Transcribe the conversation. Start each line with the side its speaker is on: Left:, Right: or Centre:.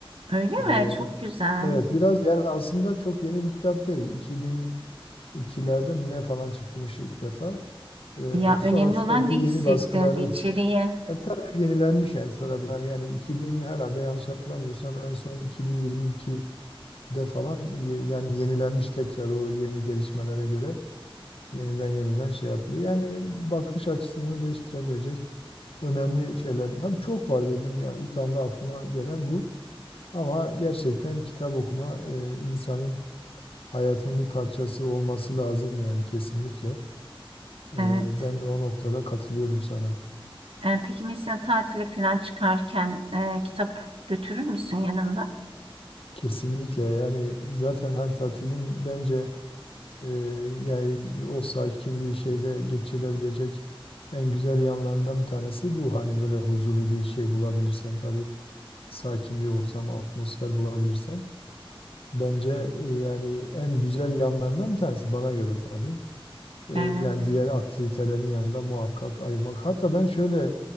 Right: Öyle mi?
Left: E,
Right: Çok güzel.
Left: evet biraz yani aslında çok yeni bir kitap değil 2002'lerde mi ne falan çıkmış ilk defa.
Right: Ya
Left: E, sonra
Right: önemli
Left: sürekli
Right: olan ne hissettirdi
Left: yeni baskıları
Right: içeriye.
Left: Ya tabii hep yenilenmiş yani sonradan yani 2000 herhalde yanlış hatırlamıyorsam en son 2022'de falan ye- yani yenilenmiş tekrar o yeni gelişmelere göre yeniden yeniden şey yapılıyor. Yani bakış açısını değiştirebilecek önemli şeyler. Tabii çok var dediğim yani ilk anda aklıma gelen bu. Ama gerçekten kitap okuma e, insanın hayatının bir parçası olması lazım yani kesinlikle. E,
Right: Evet.
Left: ben de o noktada katılıyorum sana.
Right: E, peki mesela tatile falan çıkarken e, kitap götürür müsün yanında?
Left: Kesinlikle yani zaten hani tatilin bence Ee, yani o sakin bir şeyde geçirilebilecek en güzel yanlarından bir tanesi bu. Hani böyle huzurlu bir şey bulabilirsen tabii sakin bir ortam, atmosfer bulabilirsen. Bence e, yani en güzel yanlarından bir tanesi bana göre tabii. Ee,
Right: Evet.
Left: yani diğer aktivitelerin yanında muhakkak ayırmak. Hatta ben şöyle